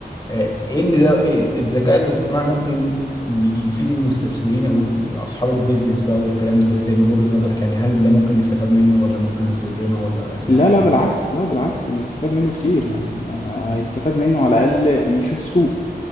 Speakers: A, on the left; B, on the left.
A: آه، ايه اللي ده إيه- الذكاء الاصطناعي ممكن ي- يفيد المستثمرين او اصحاب البيزنس بقى والكلام ده ازاي من وجهة نظرك يعني هل ده ممكن نستفاد منه ولا ممكن يضرنا ولا
B: لا
A: يعني
B: لا بالعكس لا بالعكس يبقى استفاد منه كتير يعني آه، هيستفاد منه على الأقل يشوف السوق